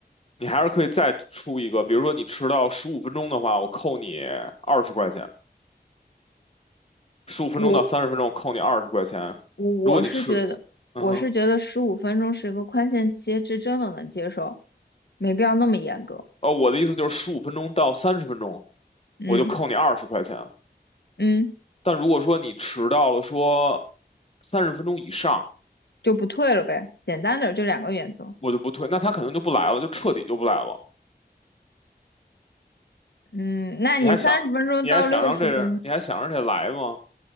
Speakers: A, on the left; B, on the left.
A: 你还是可以再出一个，比如说你迟到十五分钟的话，我扣你二十块钱，十五分钟到三十分钟我扣你二十块钱，
B: 我我我是觉得，
A: 如果你迟，嗯哼，
B: 我是觉得十五分钟是一个宽限期，这真的能接受，没必要那么严格。
A: 哦，我的意思就是十五分钟到三十分钟
B: 嗯
A: 我就扣你二十块钱，
B: 嗯，
A: 但如果说你迟到了说三十分钟以上。
B: 就不退了呗，简单点儿就两个原则。
A: 我就不退，那他肯定就不来了，就彻底就不来了。
B: 嗯，那你三十分钟到六十分钟，
A: 你还想，你还想让这，人，你还想让这来吗？